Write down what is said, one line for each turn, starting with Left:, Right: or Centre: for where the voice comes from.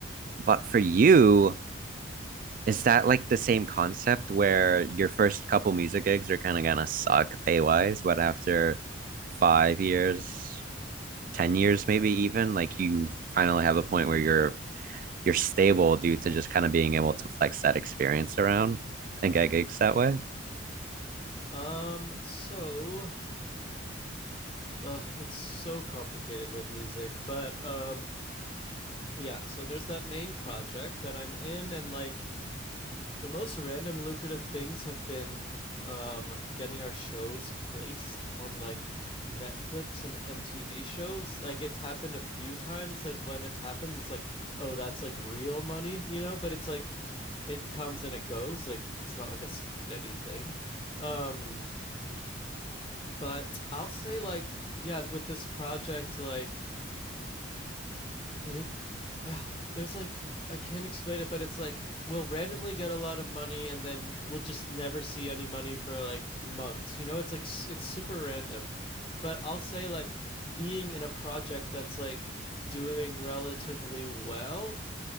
Right: but for you, is that like the same concept where your first couple music gigs are kind of gonna suck pay-wise, but after five years, 10 years maybe even, like you finally have a point where you're you're stable due to just kind of being able to flex that experience around and get gigs that way?
Left: Um, so ugh, it's so complicated with music, but um yeah, so there's that main project that I'm in and like the most random lucrative things have been um getting our shows placed on like Netflix and MTV shows. Like it's happened a few times and when it's happened it's like, oh, that's like real money, you know, but it's like it comes and it goes, like it's not like a steady thing. Um But I'll say like yeah, with this project like it there's like I can't explain it, but it's like we'll randomly get a lot of money and then we'll just never see any money for like months. You know, it's like it's super random. But I'll say like being in a project that's like doing relatively well